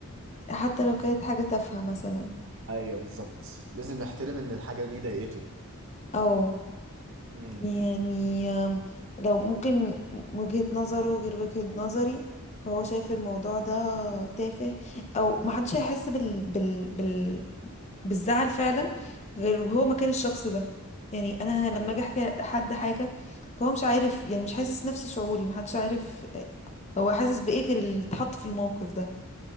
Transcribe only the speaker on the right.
ايوه بالظبط لازم نحترم ان الحاجه دي ضايقته
امم
ايوه